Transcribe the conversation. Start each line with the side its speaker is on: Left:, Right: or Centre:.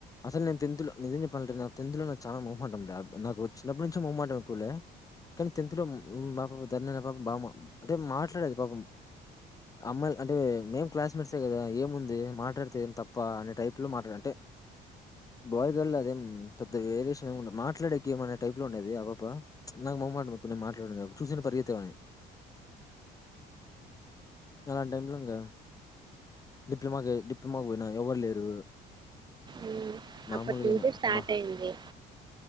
Left: అస నే టెన్త్ లో నిజం చెప్పాలంటే నా టెన్త్ లో నాకు చాల నాకు చిన్నప్పటి నుంచే మొహమాటం కానీ టెన్త్ లో ధరణి అనే పాప అంటే మాట్లాడేది పాప అమ్మాయి అంటే మేం క్లాస్ మేట్సే కదా ఏ మాట్లాడితే ఏం తప్ప అనే టైప్ లో మాట్లాడ అంటే బాయ్ గర్ల్ లో అదేం పెద్ద వేరియేషన్ ఏం ఉండదు మాట్లాడేక ఏమనే టైప్ లో ఉండేది ఆ పాప్ప నాకు బ కొం మాట్లాడ చూసిన పరుగెత్తే వాన్ని అలా టైంలో ఇంకా డిప్లొమాకి డిప్లొమాకి పోయినా ఎవరు లేరు
Right: ఉమ్,
Left: మామూలుగాయినా
Right: అప్పటి నుంచి స్టార్ట్
Left: మా
Right: అయింది